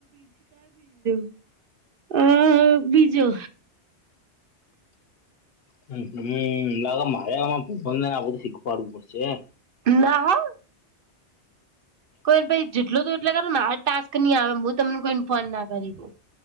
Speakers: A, on the right; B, on the left.
A: <unintelligible> હ બીજો
B: <unintelligible> સીખવાડવુ પડશે
A: ના હો કોઈ જેટલો કર એટલુ કર મારે ટાસ્ક નહી આવે હું તમને કોઈ ને ફોન ના કરી શકુ.